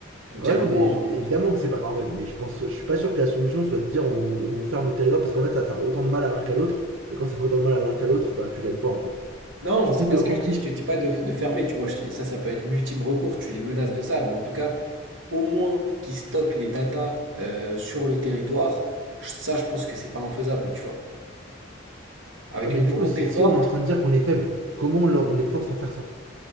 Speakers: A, on the right; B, on the right.
A: Donc,
B: Ouais,
A: il y a
B: non,
A: un moment.
B: mais évidemment
A: euh,
B: que c'est pas normal. Mais je pense, je suis pas sûr que la solution soit de dire on, on vous ferme le territoire parce qu'en fait ça va faire autant de mal à l'un qu'à l'autre. Et quand ça fait autant de mal à l'un qu'à l'autre, ben tu gagnes pas en fait.
A: Non,
B: Surtout
A: c'est pas
B: que en
A: ce que je
B: plus.
A: dis. Je te dis pas de, de fermer, tu vois. Je- Ça, ça peut être l'ultime recours. Tu les menaces de ça. Mais en tout cas, au moins qu'ils stockent les datas euh, sur le territoire, je- ça, je pense que c'est pas infaisable, tu vois. Avec
B: Ouais, mais
A: une
B: du
A: volonté
B: coup, si,
A: forte,
B: si on est en train de dire qu'on est faible, comment on, leur- on les force à faire ça